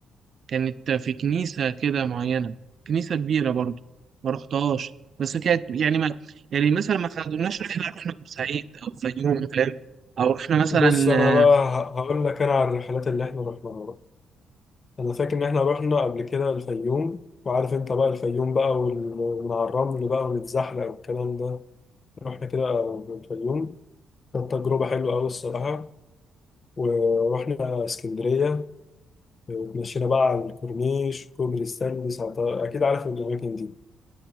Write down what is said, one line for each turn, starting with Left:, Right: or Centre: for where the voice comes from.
Right: كانت في كنيسة كده معينة كنيسة كبيرة برضو ما رحتهاش بس كانت يعني ما يعني مثلا ما خدناش رحلة رحنا بورسعيد أو الفيوم فاهم أو رحنا مثلا
Left: بص انا بقى
Right: آه،
Left: ه- هقول لك انا على الرحلات اللي احنا رحناها بقى. انا فاكر ان احنا رحنا قبل كده الفيوم وعارف انت بقى الفيوم بقى وال- ومن على الرمل بقى ونتزحلق والكلام ده رحنا كده الفيوم كانت تجربة حلوة أوي الصراحة ورحنا اسكندرية وتمشينا بقى على الكورنيش وكوبري ستانلي ساعتها أكيد عارف الأماكن دي